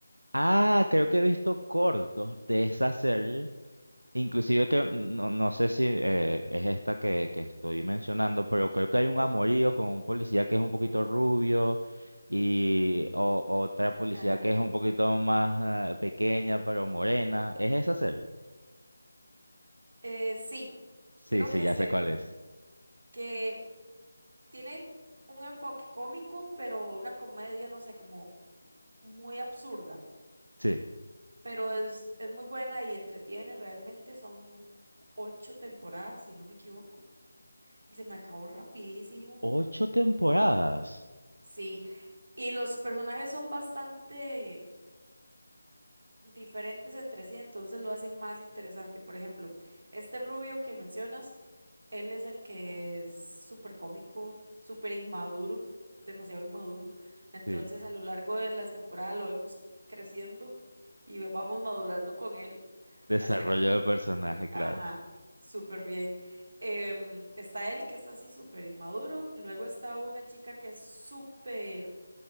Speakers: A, on the right; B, on the right.
A: Ah, creo que he visto cortos de esa serie. Inclusive que no, no sé si eh, es esta que, que estoy mencionando, pero creo que hay un amorío con un policía que es un poquito rubio y o- otra policía
B: Ajá.
A: que es un poquito más eh, pequeña, pero morena. ¿Es esa serie?
B: Eh, sí,
A: Sí,
B: creo
A: sí,
B: que
A: ya
B: se
A: sé cuál es.
B: que tiene un enfoque cómico, pero una comedia, no sé, como muy absurda,
A: Sí.
B: pero es, es muy buena y entretiene, realmente son ocho temporadas, si no me equivoco, y se me acabó rapidísimo.
A: Ocho temporadas.
B: Sí, y los personajes son bastante diferentes entre sí, entonces lo hace más interesante. Por ejemplo, este rubio que mencionas, él es el que es súper cómico, súper inmaduro, demasiado inmaduro. Entonces,
A: Sí.
B: a lo largo de las temporadas lo vemos creciendo y vamos madurando con él
A: Desarrollo
B: hasta que,
A: de personaje, claro.
B: ajá, súper bien. Em, está él que es así súper inmaduro, luego está una chica que es súper